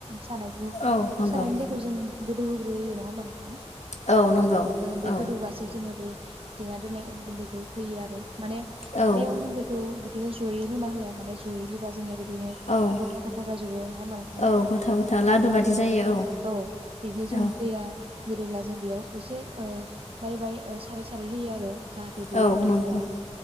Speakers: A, on the right; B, on the left.
A: सारायखौ
B: औ नंगौ
A: सारायनि दैखौ जों गोदौ होग्रोयो नङा होमबा नोंथां।
B: औ नंगौ
A: बे
B: औ
A: गोदौबासो जोङो बे देना दोननाय अन गुन्दैखौ होयो आरो माने
B: औ
A: बे अन गुन्दैखौ बिदिनो जयै लुना हो माने जयै लुबा जोंना बिदिनो
B: औ
A: गथा गथा जाजोबो नङा होमबा नोंथां
B: औ गथा गथा लादु
A: बिदिनो
B: बादि
A: जोङो
B: जायो
A: औ बिदिनो
B: औ
A: जों दैया गोरोब्ला जों बेयाव एसे ओ बाय बाय ओ सारै सारै होयो आरो जाहाथे
B: औ
A: बेयो
B: औ
A: गथा
B: नंगौ
A: जाया